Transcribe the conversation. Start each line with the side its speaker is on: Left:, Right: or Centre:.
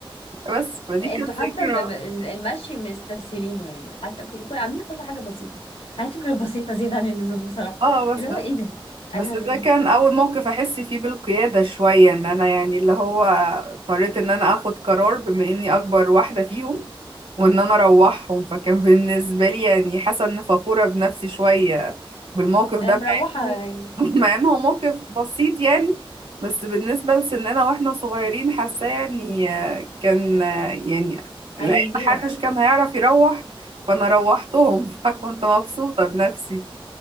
Right: بس فدي
Left: انتوا
Right: كانت
Left: حتى
Right: ذكرى
Left: ال- ال- المشي مستسهلينه يعني حتى كل كل- عاملين كل حاجه بسيطه حياتكم كانت بسيطه زياده عن اللزوم بصراحه
Right: اه بس
Left: اللي هو ايه ده
Right: بس
Left: انا
Right: ده كان اول موقف احس فيه بالقيادة شوية ان انا يعني اللي هو اضطريت ان انا اخد قرار بما اني اكبر واحدة فيهم وان انا اروحهم فكان بالنسبة لي يعني حاسة ان فخورة بنفسي شوية بالموقف ده
Left: انا مروحه
Right: مع انه
Left: يعني
Right: <laughs> مع انه موقف بسيط يعني بس بالنسبة لسننا واحنا صغيرين حاساه يعني آه، كان آه، يعني
Left: حاجه
Right: العيال
Left: كبيره
Right: محدش كان هيعرف يروح فانا روحتهم <laughs> فكنت مبسوطة بنفسي